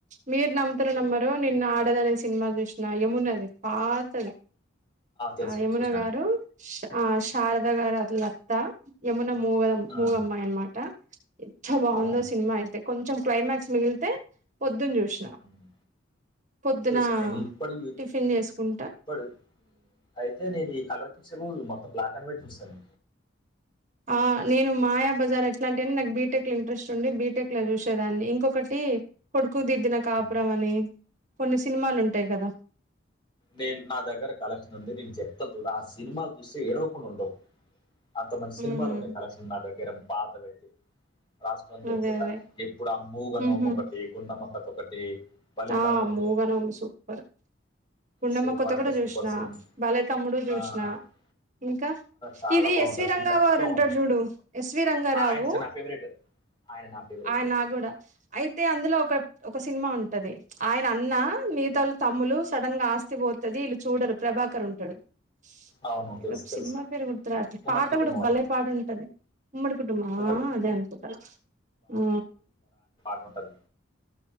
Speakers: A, on the right (about 40°); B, on the left (about 25°).
A: మీర్ నమ్తారు నమ్మరు నిన్న ఆడద అనే సినిమా చూసిన యమున అది పాతది
B: తెలుసు
A: ఆ యమున
B: చూసినాను
A: గారు శ ఆ శారద గారూల్ల అత్త యమునా మూగ
B: ఆ
A: మూగమ్మాయి అన్నమాట ఎంత బాగుందో
B: ఆ
A: సి కొంచెం క్లైమాక్స్ మిగిలితే ప్రొద్దున చూసిన
B: ఉమ్.
A: పొద్దున
B: చూసాను నేను ఇప్పటికి
A: టిఫిన్ చేసుకుంటా
B: ఇప్పటి అయితే నేను ఈ కలర్ పిక్చర్ మొత్తం బ్లాక్ అండ్ వైట్ చూస్తాను
A: ఆ నేను మాయా బజార్ ఎట్లాంటిని నాకు బీటెక్ లో ఇంట్రెస్ట్ ఉంది బీటెక్ లో చూసేదాన్ని ఇంకొకటి కొడుకు దిర్ద్దిన కాపురం
B: ఉమ్.
A: అని కొన్ని సినిమాలు ఉంటాయి కదా
B: నేను నా దగ్గర కలెక్షన్ ఉంది నేను చెప్తా చూడ ఆ సినిమాలు చూస్తే ఏడవకుండా ఉండవు అంత మంచి సినిమాలు
A: ఉమ్
B: ఉన్నాయి కలెక్షన్ నా దగ్గర పాతవయితే రాసుకోని పెట్టుకుంటా
A: అదే అదే
B: ఎప్పుడు మూగ నోము
A: ఉహు
B: ఒకటి గుండమ్మ కథ ఒకటి బలి
A: ఆ
B: తమ్ముడు
A: మూగ నోము సూపర్ గుండమ్మ
B: సూపర్
A: కథ
B: అంటే
A: కూడా
B: సూపర్
A: చూసినా బలేతమ్ముడు
B: సినిమా
A: చూసిన ఇంకా
B: చాలా
A: ఇది
B: బాగుంటుంది
A: ఎస్వి
B: సినిమా
A: రంగా గారు
B: ఇంకా
A: ఉంటాడు చూడు ఎస్వి రంగారావు
B: ఆయన నా ఫేవరెట్ ఆయన నా ఫేవరెట్
A: ఆయ్ నా కూడా అయితే అందులో ఒక ఒక సినిమా ఉ టది ఆయన అన్న మిగతాలు తమ్ములు సడన్ గా ఆస్తి పోతది వీళ్ళు చూడరు. ప్రభాకర్ ఉంటాడు స్
B: అవును తెలుసు
A: ఏదో
B: తెలుసు
A: సినిమా పేరు గుర్తు రాట్లే
B: ఉమ్మడి
A: పాట
B: కుటుంబం
A: కూడా భలే పాట ఉంట టది ఉమ్మడి కుటుంబమా
B: ఉమ్మడి కుటుంబం
A: అదే అనుకుంట ఆ
B: టోటల్